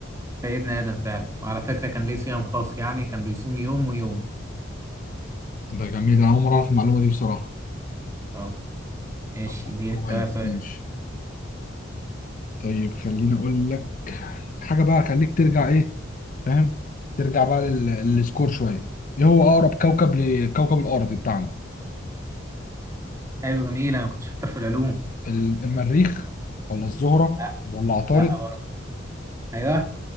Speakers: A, on the right (about 15°); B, on the left (about 45°).
A: سيدنا آدم فعلا وعلى فكرة كان ليه صيام خاص يعني كان بيصوم يوم ويوم
B: ده جميل أنا أول مرة أعرف المعلومة دي بصراحة
A: اه ماشي
B: طب
A: دي
B: كويس
A: انت بقى سؤالك
B: ماشي طيب خليني اقول لك حاجه بقى خليك ترجع ايه فاهم ترجع بقى لل- للسكور شويه ايه هو اقرب كوكب لكوكب الارض بتاعنا
A: حلو جميل انا كنت شاطر في العلوم
B: ال- المريخ ولا الزهره
A: لا
B: ولا عطارد
A: لا برضه ايوه